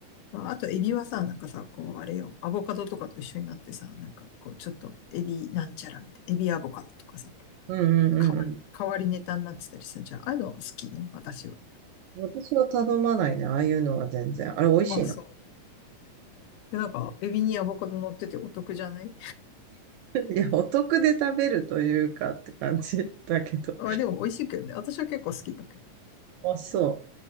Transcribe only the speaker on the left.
まあ、あと、エビはさ、なんかさ、こう、あれよ、アボカドとかと一緒になってさ、なんか、こう、ちょっと、エビなんちゃらみたいな、エビアボカドとかさ、
変わり、変わりネタになってたりするじゃん。ああいうの好きね、私は。
あ、そう。で、なんか、エビにアボカド乗っててお得じゃない
まあ、でも美味しいけどね。私は結構好きだけど。